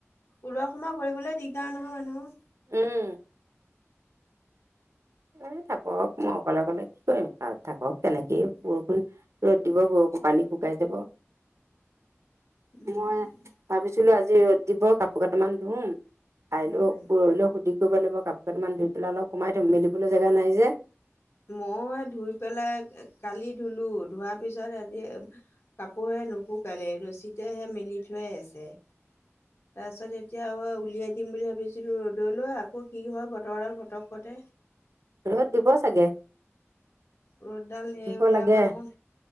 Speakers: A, on the left; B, on the right.
A: ওলোৱা সোমোৱা কৰিবলৈ দিগদাৰ নহয় মানুহ
B: উম এ থাকক মই অকলে অকলে কি কৰিম খ থাকক তেনেকেই বৰষুণ ৰ'দ দিব বষ পানী শুকাই যাব
A: উম
B: মই ভাবিছিলো আজি ৰ'দ দিব কাপোৰ কেইটামান ধুম কাইলৈ
A: উম,
B: পৰহিলৈও সুধি কৰিব লাগিব কাপোৰ কাপান ধুই পেলাই অলপ কোমাই থম মেলিবলৈ জেগা নাই যে
A: ময় স ধুই পেলাই কালি ধুলো ধোৱাৰ পিছত এ কাপোৰহে নুশুোকে ৰচীতেহে মেলি থৈ আছে তাৰ পিছত এতিয়া হয় উলিয়াই দিম বুলি ভাবিছিলো ৰ'দলৈ আকৌ কি হয় বতৰডাল পতককতে
B: ৰ'দ দিব চাগে
A: ৰ'দডাল এই
B: দিব
A: ওলাবখোন
B: লাগে